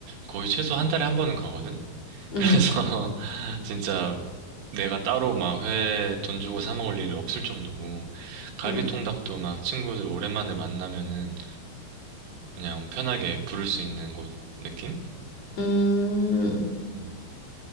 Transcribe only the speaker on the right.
거의 최소 한 달에 한 번은 가거든? 그래서
<laughs> 진짜 내가 따로 막 회 돈 주고 사 먹을 일이 없을 정도고, 갈비통닭도
막 친구들 오랜만에 만나면은 그냥 편하게 부를 수 있는 곳 느낌?
음.